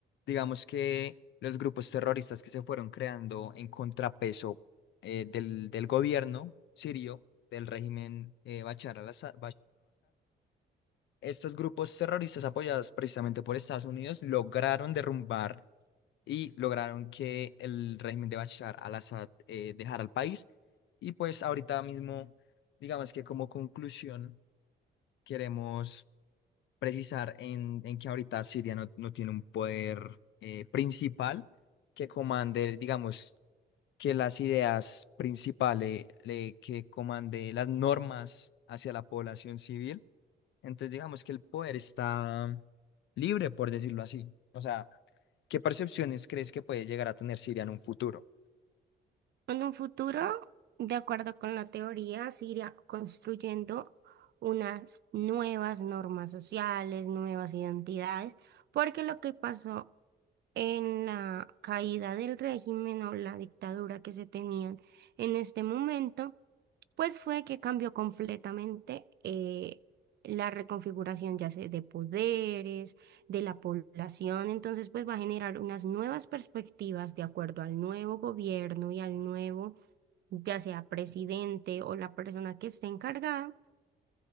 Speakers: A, on the left; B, on the right.
A: digamos que los grupos terroristas que se fueron creando en contrapeso eh, del, del gobierno sirio, del régimen eh, Bashar al-Assad, estos grupos terroristas apoyados precisamente por Estados Unidos lograron derrumbar y lograron que el régimen de Bashar al-Assad eh, dejara el país. Y pues ahorita mismo, digamos que como conclusión, queremos precisar en, en que ahorita Siria no, no tiene un poder eh, principal que comande, digamos, que las ideas principales, le- que comande las normas hacia la población civil entonces, digamos que el poder está libre, por decirlo así. O sea, ¿qué percepciones crees que puede llegar a tener Siria en un futuro?
B: En un futuro, de acuerdo con la teoría, se irá construyendo unas nuevas normas sociales, nuevas identidades, porque lo que pasó en la caída del régimen o la dictadura que se tenían en este momento, pues fue que cambió completamente eh, la reconfiguración ya sea de poderes, de la población, entonces pues va a generar unas nuevas perspectivas de acuerdo al nuevo gobierno y al nuevo, ya sea presidente o la persona que esté encargada.